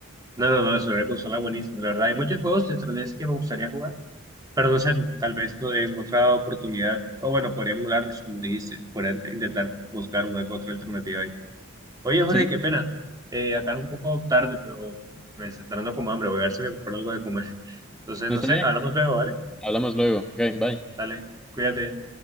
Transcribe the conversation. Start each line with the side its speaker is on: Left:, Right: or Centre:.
Right: No, no, no, es una consola buenísima, la verdad. Hay muchos juegos de 3DS que me gustaría jugar, pero no sé, tal vez no en otra oportunidad, o bueno, podría emularlos, como dijiste, podría intentar buscar una u otra alternativa ahí. Oye, Jorge,
Centre: Sí,
Right: qué pena. Eh, acá es un poco tarde, pero me está entrando como hambre. Voy a ver si me preparo algo de comer. Entonces,
Centre: está
Right: no sé,
Centre: bien,
Right: hablamos luego, ¿vale?
Centre: hablamos luego, ok, bye.
Right: Dale, cuídate.